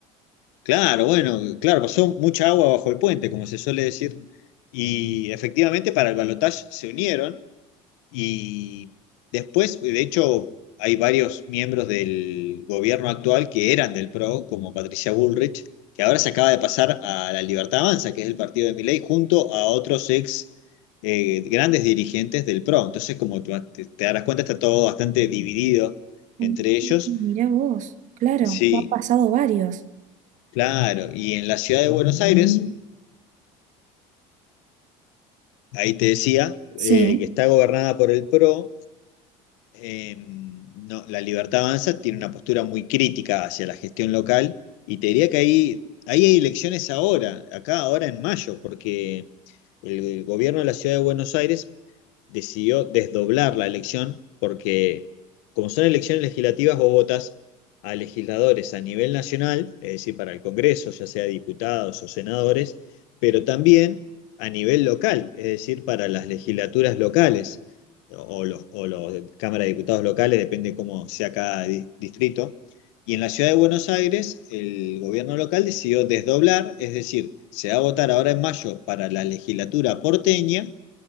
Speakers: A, on the left; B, on the right.
A: Claro, bueno, claro, pasó mucha agua bajo el puente, como se suele decir, y efectivamente para el balotaje se unieron. Y después, de hecho, hay varios miembros del gobierno actual que eran del PRO, como Patricia Bullrich, que ahora se acaba de pasar a la Libertad Avanza, que es el partido de Milei, junto a otros ex eh, grandes dirigentes del PRO. Entonces, como tú te, te darás cuenta, está todo bastante dividido
B: Mm,
A: entre ellos.
B: Mirá vos, claro,
A: Sí,
B: te han pasado varios.
A: claro. Y en la ciudad de Buenos Aires, ahí te decía, eh,
B: Sí.
A: que está gobernada por el PRO eh, no, la Libertad Avanza tiene una postura muy crítica hacia la gestión local y te diría que ahí, ahí hay elecciones ahora, acá ahora en mayo, porque el gobierno de la ciudad de Buenos Aires decidió desdoblar la elección porque como son elecciones legislativas, vos votas a legisladores a nivel nacional, es decir, para el Congreso, ya sea diputados o senadores, pero también a nivel local, es decir, para las legislaturas locales o los, o los de Cámara de Diputados locales, depende cómo sea cada di- distrito. Y en la ciudad de Buenos Aires, el gobierno local decidió desdoblar, es decir, se va a votar ahora en mayo para la legislatura porteña